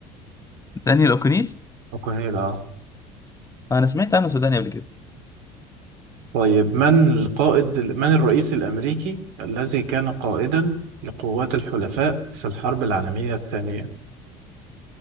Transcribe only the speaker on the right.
أوكونيل اه
طيب من القائد من الرئيس الأمريكي الذي كان قائدا لقوات الحلفاء في الحرب العالمية الثانية؟